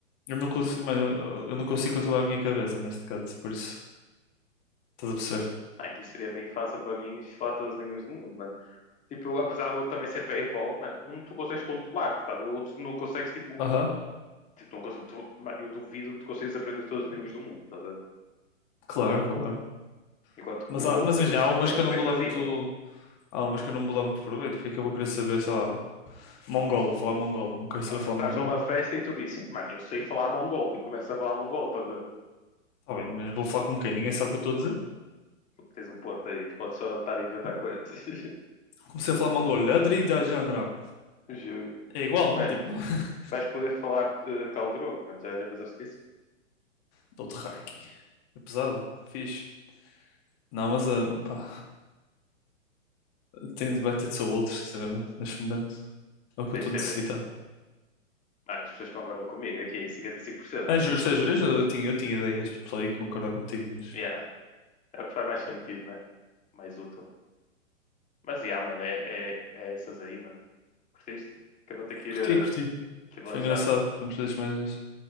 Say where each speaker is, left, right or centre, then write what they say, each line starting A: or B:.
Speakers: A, on the left; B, on the left.
A: Eu não consigo, mano, eu eu não consigo controlar a minha cabeça neste cut, por isso. Estás a perceber?
B: Ah, aqui seria bem fácil para mim falar todas as línguas do mundo, mano. Tipo, apesar do outro também ser bem bom, mano, um tu consegues controlar, estás O outro tu não consegues, tipo,
A: Aham,
B: tipo não consegues, tu, mano, eu duvido que tu consigas aprender todas as línguas do mundo, estás
A: claro, claro.
B: Enquanto
A: Mas,
B: que o outro
A: há, mas imagina, há umas
B: é,
A: que eu não vou
B: é fazível.
A: dar muito. Há umas que eu não vou dar muito proveito, porque é que eu vou querer saber, sei lá, mongol, falar mongol. Não quero saber
B: Não, pá,
A: falar
B: estás
A: mongol.
B: numa festa e tu dizes, mano, eu sei falar mongol e começas a falar mongol, estás
A: Tá bem, mas vou falar com quem? Ninguém sabe o que eu estou a dizer.
B: Tens um ponto aí, tu podes só estar a inventar coisas, <laughs>
A: Comecei a falar mongol, Ladri da Janra.
B: juro.
A: É igual,
B: Bem,
A: tipo, <laughs>
B: vais poder falar de Khal Drogo, mano, já, já pensaste nisso?
A: dou-te haki. É pesado, fixe. Não, mas ah, pá, tem, vai ter de ser outro, sinceramente, neste momento. É o que
B: Deixa
A: eu estou necessitado.
B: ver. Ah, as pessoas concordam comigo. Aqui, 55%.
A: É justo, é justo. Eu tinha, eu tinha ideia que este pessoal ia concordar contigo, mas
B: Yeah. É o que faz mais sentido, né? Mais útil. Mas, yeah, mano, é, é, é essas aí, mano. Curtiste? Que eu vou ter que
A: curti,
B: ir, uh,
A: curti.
B: que ir
A: Foi
B: lanchar
A: engraçado.
B: agora.
A: Podemos fazer isto mais vezes.